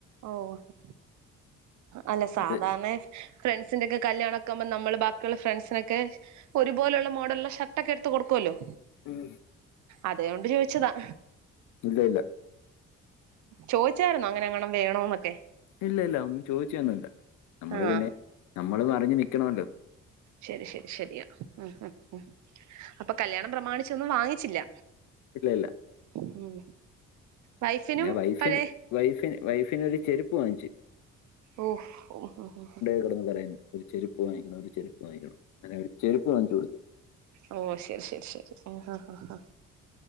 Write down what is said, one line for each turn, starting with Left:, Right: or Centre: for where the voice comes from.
Right: ഓഹ് അല്ല സാധാരണ
Left: അത്
Right: ഫ്രണ്ട്സിന്റെ ഒക്കെ കല്യാണ ഒക്കെ ആകുമ്പോ നമ്മള് ബാക്കിയുള്ള ഫ്രണ്ട്സിനൊക്കെ ഒരുപോലുള്ള മോഡലുള്ള ഷർട്ട ഒക്കെ എടുത്ത് കൊടുക്കുവല്ലോ
Left: ഉം
Right: അതൊണ്ട് ചോദിച്ചതാ
Left: ഇല്ല ഇല്ല
Right: ചോയിച്ചായിരുന്നോ അങ്ങനെ ഏങ്ങണും വേണന്നൊക്കെ
Left: ഇല്ല ഇല്ല ഒന്നും ചോദിച്ചതൊന്നുല്ല നമ്മള്
Right: ആഹ്
Left: പിന്നെ നമ്മളും അറിഞ്ഞ് നിൽക്കണല്ലോ
Right: ശരി ശരി ശരിയാ ഉം ഉം അപ്പൊ കല്യാണം പ്രമാണിച്ച ഒന്നും വാങ്ങിച്ചില്ല
Left: ഇല്ല ഇല്ല
Right: ഉം വൈഫിനും
Left: പിന്നെ വൈഫിന്
Right: പഴയ
Left: വൈഫന് വൈഫിന് ഒരു ചെരുപ്പ് വാങ്ങിച്ചു
Right: ഓഹ് ഉം ഉം
Left: ഇന്ന് പറയ ഒരു ചെരുപ്പ് വാങ്ങണം ഒരു ചെപ്പ് വാങ്ങണം അങ്ങനെ ഒരു ചെരുപ്പ് വാങ്ങിച്ചു കൊടുത്ത്
Right: ഓഹ് ശരി ശരി ശരി അഹ് ആഹ്